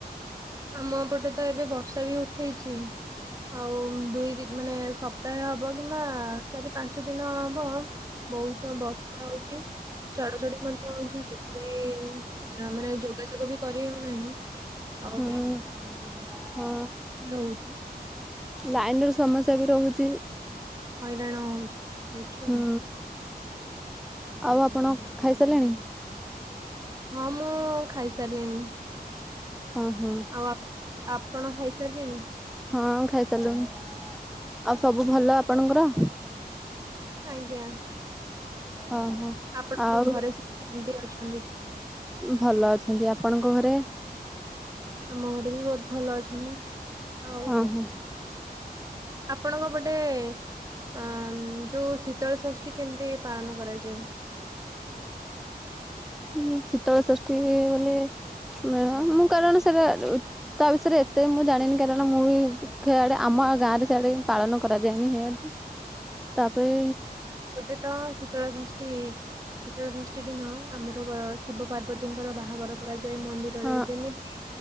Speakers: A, on the right; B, in the centre.
A: ଆମ ଏପଟେ ତ ଏବେ ବର୍ଷା ବି ଉଠେଇଛି। ଆଉ ଦୁଇ ମାନେ ସପ୍ତାହେ ହବ କିମ୍ବା ଚାରି ପାଞ୍ଚ ଦିନ ହବ ବହୁତ ବର୍ଷା ହଉଛି। ଚଡଚଡ଼ି ମଧ୍ୟ ହଉଛି ସେଥିପାଇଁ ମାନେ ଯୋଗାଯୋଗ ବି କରି ହଉନାହିଁ। ଆଉ
B: ହୁଁ ହଁ
A: ରହୁଛି
B: ଲାଇନ ର ସମସ୍ୟା ବି ରହୁଛି।
A: ହଇରାଣ ହଉଚି ହଉଛୁ
B: ହୁଁ
A: ଆଉ।
B: ଆଉ ଆପଣ ଖାଇସାରିଲେଣି।
A: ହଁ ମୁଁ ଖାଇସାରିଲିଣି।
B: ହୁଁ ହୁଁ।
A: ଆଉ ଆପ ଆପଣ ଖାଇସାରିଲେଣି।
B: ହଁ ଖାଇ ସାରିଲୁଣି ଆଉ ସବୁ ଭଲ ଆପଣଙ୍କର।
A: ଆଜ୍ଞା।
B: ହଁ ହଁ।
A: ଆପଣଙ୍କ
B: ଆଉ
A: ଘରେ ସବୁ କେମତି ଅଛନ୍ତି?
B: ଭଲ ଅଛନ୍ତି ଆପଣଙ୍କ ଘରେ।
A: ଆମ ଘରେ ବି ବହୁତ ଭଲ ଅଛନ୍ତି ଆଉ।
B: ହଁ ହଁ
A: ଆପଣଙ୍କ ପଟେ ଅ ଯୋଉ ଶୀତଳ ଷଷ୍ଠୀ କେମିତି ପାଳନ କରାଯାଏ
B: ଉଁ ଶୀତଳଷଷ୍ଠୀ ବଲେ ମେଳା ମୁଁ କାରଣ ସେଟା ତା ବିଷୟରେ ଏତେ ମୁଁ ଜାଣିନି କାରଣ ମୁଁ ବି ଖେଆଡେ ଆମ ଗାଁରେ ସେଆଡେ ପାଳନ କରାଯାଏନି ସେଇଆଡ ତାପରେ
A: ଗୋଟେ ତ ଶୀତଳ ଷଷ୍ଠୀ ଶୀତଳ ଷଷ୍ଠୀ ଦିନ ଆମର ଶିବ ପାର୍ବତୀଙ୍କର ବାହାଘର କରାଯାଏ ମନ୍ଦିରରେ
B: ହଁ
A: ଯେମିତି